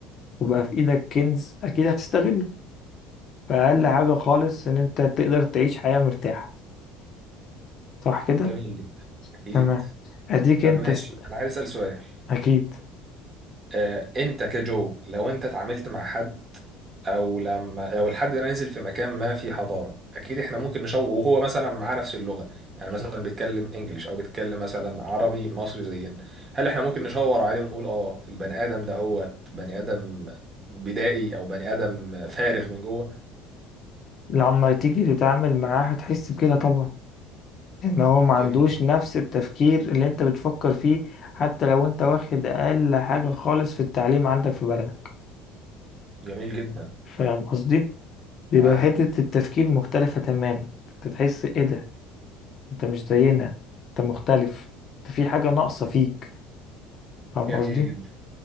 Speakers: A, on the left; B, on the right.
A: وبقى في ايدك كنز اكيد هتستغله فأقل حاجة خالص ان انت تقدر تعيش حياة مرتاحة صح كده
B: جميل جدا أكيد
A: تمام اديك
B: طب
A: انت
B: ماشي
A: است...
B: أنا عايز أسأل سؤال
A: اكيد
B: آه، أنت كجو لو أنت اتعاملت مع حد او لما لو الحد ده نزل في مكان ما في حضاره اكيد احنا ممكن نشوه وهو مثلا معاه نفس اللغه يعني مثلا بيتكلم انجليش او بيتكلم مثلا عربي مصري زينا هل احنا ممكن نشاور عليه ونقول اه البني ادم ده هو بني ادم بدائي او بني ادم فارغ من جوه
A: لما تيجي تتعامل معاه هتحس بكده طبعا ان هو ما عندوش
B: جميل
A: نفس التفكير اللي انت بتفكر فيه حتى لو انت واخد اقل حاجة خالص في التعليم عندك في بلدك
B: جميل جدا
A: فاهم قصدي بيبقى
B: معاه
A: حتة التفكير مختلفة تماما انت تحس ايه ده انت مش زينا انت مختلف انت في حاجة ناقصة فيك فاهم
B: جميل
A: قصدي
B: جدا